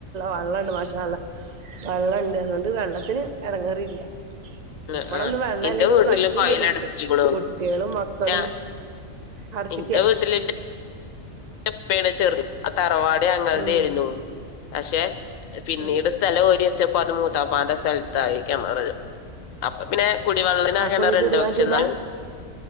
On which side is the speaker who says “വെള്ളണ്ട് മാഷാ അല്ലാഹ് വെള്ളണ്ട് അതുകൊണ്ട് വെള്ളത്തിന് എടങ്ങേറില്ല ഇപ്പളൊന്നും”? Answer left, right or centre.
Right